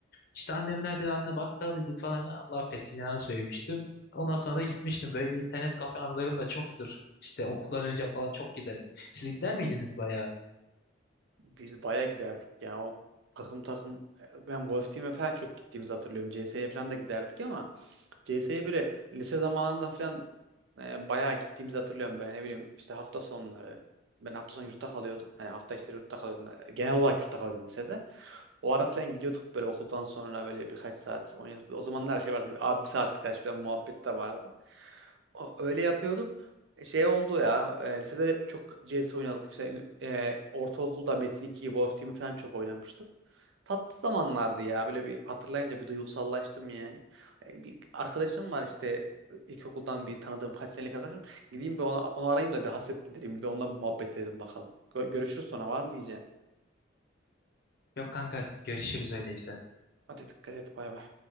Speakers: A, on the left; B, on the right.
A: İşte annem nerede? Anne bakkal dedik falan. Allah affetsin ya söylemiştim. Ondan sonra da gitmiştim. Böyle internet kafe anılarım da çoktur. İşte okuldan önce falan çok giderdik. Siz gider miydiniz bayağı?
B: Biz baya giderdik ya. O takım takım e, ben Wolf Team'e falan çok gittiğimizi hatırlıyorum. C CS'ye falan da giderdik ama C CS'ye böyle lise zamanında falan e, bayağı gittiğimizi hatırlıyorum böyle ne bileyim işte hafta sonları. Ben hafta sonu yurtta kalıyordum. Yani hafta içleri yurtta kalıyordum. E, Genel olarak yurtta kalıyordum lisede. O ara falan gidiyorduk böyle okuldan sonra böyle birkaç saat oynuyorduk. O zamanlar her şey vardı. Bir, abi bir saatlik kaç falan muhabbet de vardı. O- öyle yapıyorduk. E, Şey oldu ya. e, lisede çok CS oynadık. İşte e, ortaokulda Metin 2'yi, Wolf Team'i falan çok oynamıştık. Tatlı zamanlardı ya. Böyle bir hatırlayınca bir duygusallaştım yani. E, Bir arkadaşım var işte ilkokuldan bir tanıdığım kaç senelik arkadaşım. Gideyim bir ona, onu arayayım da bir hasret gidereyim. Bir de onunla bir muhabbet edelim bakalım. Gö- görüşürüz sonra var mı diyeceğim.
A: Yok kanka görüşürüz öyleyse.
B: Hadi dikkat et bay bay.